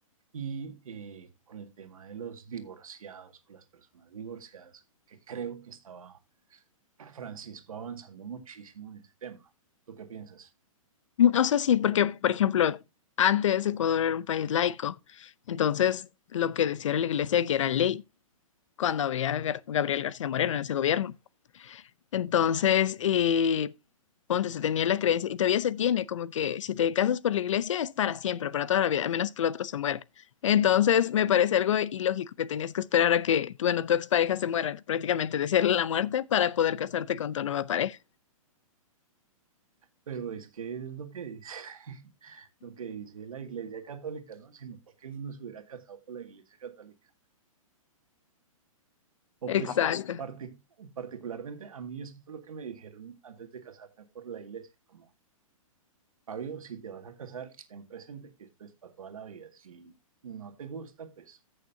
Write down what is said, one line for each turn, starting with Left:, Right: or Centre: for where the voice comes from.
Right: y eh, con el tema de los divorciados, con las personas divorciadas, que creo que estaba Francisco avanzando muchísimo en ese tema. ¿Tú qué piensas?
Left: O sea, sí, porque, por ejemplo, antes Ecuador era un país laico, entonces lo que decía la iglesia que era ley cuando había Gar- Gabriel García Moreno en ese gobierno. Entonces, eh, ponte, se tenía la creencia, y todavía se tiene, como que si te casas por la iglesia es para siempre, para toda la vida, a menos que el otro se muera. Entonces, me parece algo ilógico que tenías que esperar a que, bueno, tu expareja se muera, prácticamente desearle la muerte para poder casarte con tu nueva pareja.
Right: Pero es que es lo que dice, <laughs> lo que dice la Iglesia Católica, ¿no? Sino porque uno se hubiera casado por la Iglesia Católica. O
Left: Ah, pues
Right: pues
Left: Exacto.
Right: partic- particularmente a mí eso fue lo que me dijeron antes de casarme por la Iglesia, como Fabio, si te vas a casar, ten presente que esto es para toda la vida. Si no te gusta, pues